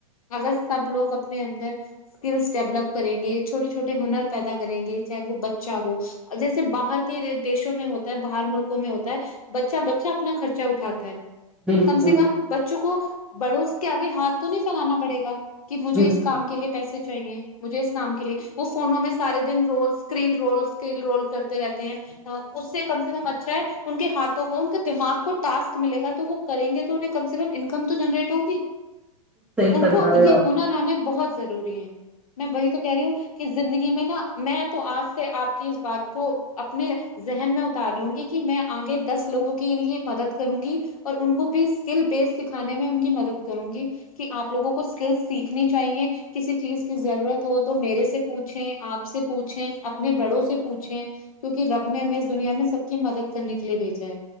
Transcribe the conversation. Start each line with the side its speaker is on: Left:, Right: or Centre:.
Left: اگر سب لوگ اپنے اندر اسکلس ڈیولپ کریں گے چھوٹے چھوٹے ہنر پیدا کریں گے چاہے وہ بچہ ہو جیسے باہر کے دیشوں میں ہوتا ہے باہر ملکوں میں ہوتا ہے بچہ بچہ اپنا خرچہ اٹھاتا ہے
Centre: بالکل
Left: کم سے کم بچوں کو بڑوس کے آگے ہاتھ تو نہیں پھیلانا پڑے گا کہ مجھے
Centre: بالکل
Left: اس کام کے لیے پیسے چاہیے مجھے اس کام کے لیے وہ فونوں میں سارے دن رولکل رول اسکل رول کرتے رہتے ہیں اس سے کم سے کم اچھا ہے ان کے ہاتھوں کو ان کے دماغ کو ٹسک ملے گا تو وہ کریں گے تو انہیں کم سے کم انکم تو جنریٹ ہوگی
Centre: صحیح
Left: ان
Centre: فرما
Left: کو
Centre: رہے
Left: یہ
Centre: ہو آپ
Left: ہنر آنے بہت ضروری ہے میں وہی تو کہہ رہی ہوں کہ زندگی میں نا میں تو آج سے آپ کی اس بات کو اپنے ذہن میں اتار لوں گی کہ میں آگے دس لوگوں کے لیے مدد کروں گی اور ان کو بھی اسکل بیسڈ سکھانے میں ان کی مدد کروں گی کہ آپ لوگوں کو اسکل سیکھنی چاہیے کسی چیز کی ضرورت ہو تو میرے سے پوچھیں آپ سے پوچھیں اپنے بڑوں سے پوچھیں کیوںکہ رب نے ہمیں اس دنیا میں سب کی مدد کرنے کے لیے بھیجا ہے